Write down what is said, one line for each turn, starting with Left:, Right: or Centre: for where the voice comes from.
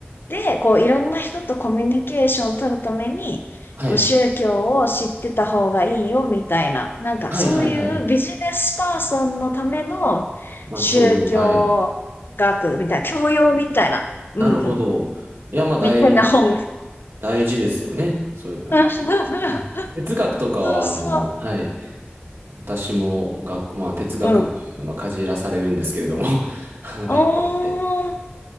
Left: で、こういろんな人とコミュニケーションを取るために、
Right: はい。
Left: こう宗教を知ってた方がいいよみたいな、なんかそういうビジネスパーソンのための宗教学みたいな、
Right: はいはいはい。まあ、教養。はい。
Left: 教養みたいな、うんうん、
Right: なるほど。いや、まあ、大事、
Left: みたいな本。
Right: 大事ですよね。そういうのは。
Left: <laughs>
Right: うん哲学とかは、
Left: そうそ
Right: あの、はい。私も学校、まあ、哲学、
Left: う、うん。
Right: まあ、かじらされるんですけれども、<laughs> あの、
Left: おー、
Right: 学校で。